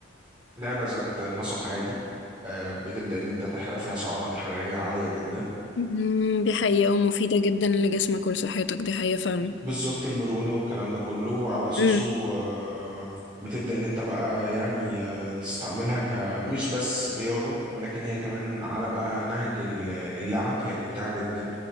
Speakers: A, on the right; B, on the left.
A: لعبه ذات نسق عالي أه بتبدا ان انت تحرق فيها سعرات حراريه عاليه جدا
B: مم، دي حقيقة ومفيدة جدا لجسمك ولصحتك دي حقيقة فعلا
A: بالظبط المرونة والكلام ده كله وعلى أساسه
B: مم.
A: آه، بتبدأ إن أنت بقى يعني آه، تستعملها كمش بس رياضة ولكن هي كمان على بقى نهج ال- اللعب هي ممتعة جدا